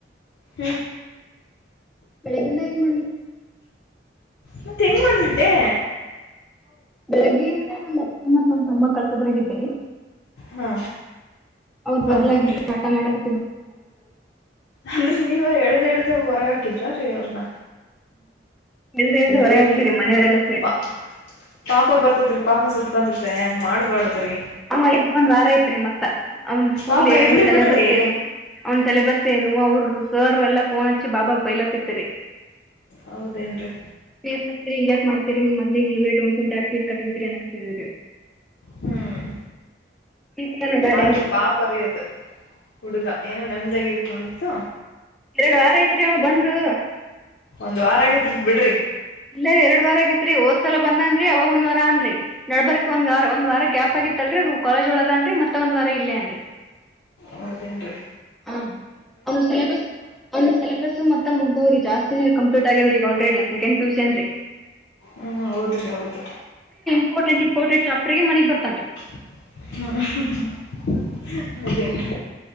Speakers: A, on the left (about 75°); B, in the centre.
A: ಹ್ಮ್
B: ಬೆಳಗಿಂದ <unintelligible>
A: ಮತ್ತೆ ಹೆಂಗ್ ಮಾಡಿದ್ರೆ ಡೇ
B: ಬೆಳಗ್ಗೆಯಿಂದ ನಮ್ಮ ಅಕ್ಕ ಮತ್ ನಮ್ ತಮ್ಮ ಕಳ್ಸೋದ್ರಾಗ ಇದ್ದೀರಿ
A: ಹಾ
B: ಅವರು ಬರ್ಲಾಗಿದ್ರರು
A: ಹೌದೇನ್ರಿ
B: ಆಟ ಮಾಡಕ್
A: ಅಂದ್ರೆ ನೀವ ಹೇಳ್ದ್ ಹೇಳ್ದ ಹೊರಗ ಹಾಕಿದ್ರ ರೀ ಅವ್ರನ್ನ
B: ಇಲ್ದ ಇಲ್ದ ಹೊರ
A: ರಿ
B: ಹಾಕಿವ್ರಿ ಮನೆಯವರೆಲ್ಲಾ ಸೇರಿ
A: ಪಾ ಪಾಪ ಬರ್ತ ಸಿತ್ತತ್ರಿ ಪಾಪ ಸಿತ್ಕೊತತೆ ಹೆಂಗ ಮಾಡ್ಬಾರಡದ್ರೀ
B: ಅ ಇದ ಒಂದ್ ವಾರ ಐತ್ರಿ ಮತ್ತ ಅವಂದ್ ಸ್ಕೂಲ್
A: ಪಾಪ
B: ಏನು
A: ಇರ್ಲಿ
B: ಸಿಲೆಬಸ್
A: ಬಿಡ್ರಿ
B: ಏನು ಅವನ್ ಸೆಲೆಬಸ್ ಏನು ಅವ್ರ ಸೋರ್ ಎಲ್ಲಾ ಫೋನ್ ಹಚ್ಚಿ ಬಾಬಾಗ ಬೈಲಾತ್ತಿದರಿ
A: ಹೌದೇನ್ರಿ
B: ನೀವ ಕತೀರಿ ಹಿಂಗ ಯಾಕ ಮಾಡ್ತೀರಿ ನಿಮ್ ಮದನಗ್ ನೀವ್ಟುಂಟಿ ಪೀಸ್ ಕಟ್ಟಬೇಕಿದ್ರಿಏನಕ್ದೀರಿಿ
A: ಹ್ಮ್
B: ಫೀಸ್ ಏನು ಬೇಡ
A: ಆದ್ರ
B: ಏನು ರೀ
A: ಪಾಪರಿ್ಯೋದು ಹುಡುಗ ಏನೋ ನೆಮ್ದಾಗಿರ್ತ ನಂದಿತ್ತು
B: ಎರಡು ವಾರ ಐತ್ರಿ ಅವ ಬಂದು
A: ಒಂದ್ ವಾರ ಆಗೇತಿ ಉಂಟ ಬಿಡ್ರಿ
B: ಇಲ್ಲ ಎರಡ್ ವಾರ ಆಗಿತ್ರಿ ಓದ್ಸಲ ಬಂದೇನ್ರಿ ಅವಾಗ ಒಂದ್ ವಾರ ಅನ್ರಿೀ ನಡಬರ್ಕ್ ಒಂದವಾರ ಒಂದ್ ವಾರ ಗ್ಯಾಪ್ ಆಗಿ ಮಗೂತ್ತಲ್ರರಿ ಅದು ಕಾಲೇಜ್ ಒಳಗನ್ರ ಮತ್ತೆ ಒಂದ್ ವಾರ ಇಲ್ಲೇನ್ರಿ
A: ಹವ್ಡುಎನು ರಿ
B: ಹ ಅವನ ಸಿಲೆಬಸ್ ಅವನ ಸಿಲೆಬಸ್ ಮತ್ತೆ ಮುಗ್ದವ್ರಿ ಜಾಸ್ತಿ ಕಂಪ್ಲಟ್ ಆಗ್ಯಾವ್ರ ಈಗ ಆಲ್ರೆಡಿ ಸೆಂಡ್ ಪಿ ಸಿ ಏನ್ರಿ
A: ಹ್ಮ್ ಹೌದ್ರಿ ಹೌದು
B: ಇಪ್ಟೆಂ ಇಂಪಾರ್ಟೆಂಟ್ ಚಾಪ್ಟರ್ <unintelligible>
A: <unintelligible> ಹೌದ್ರಿ